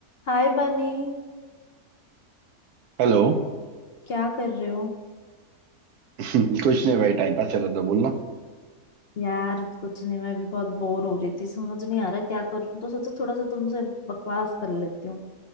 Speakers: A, on the left; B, on the right.
A: हाय Bunny
B: हेलो
A: क्या कर रहे हो
B: <laughs> कुछ नहीं भाई टाइम पास चल रहा था बोलना
A: यार कुछ नहीं मैं भी बहुत बोर हो रही थी समझ नहीं आ रहा क्या करूं तो सोचा थोड़ा सा तुमसे बकवास कर लेती हूँ